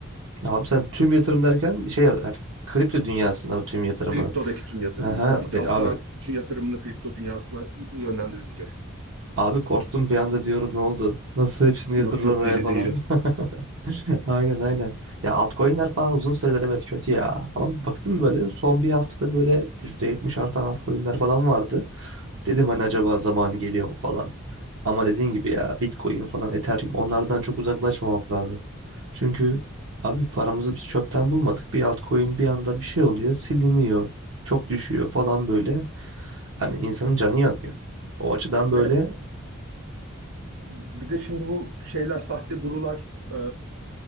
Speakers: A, on the right; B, on the right.
A: Abi sen tüm yatırım derken şey yani kripto dünyasında mı tüm yatırımının?
B: Kriptodaki tüm yatırımımı
A: Aha,
B: tabii ki.
A: be-
B: Asla
A: abi
B: bütün yatırımını kripto dünyasına yönlendirmeyeceksin.
A: abi korktum bir anda diyorum ne oldu? Nasıl hepsini yatırır
B: Yok
A: oraya
B: yok deli
A: falan?
B: değilim.
A: <laughs> Aynen aynen. Ya altcoin'ler falan uzun süredir evet kötü ya. Ama baktım böyle son bir haftada böyle %70 artan altcoin'ler falan vardı. Dedim hani acaba zamanı geliyor mu falan. Ama dediğin gibi ya Bitcoin falan Ethereum onlardan çok uzaklaşmamak lazım. Çünkü abi paramızı biz çöpten bulmadık. Bir altcoin bir anda bir şey oluyor siliniyor. Çok düşüyor falan böyle. Hani insanın canı yanıyor. O açıdan böyle
B: Evet bir de şimdi bu şeyler sahte gurular e,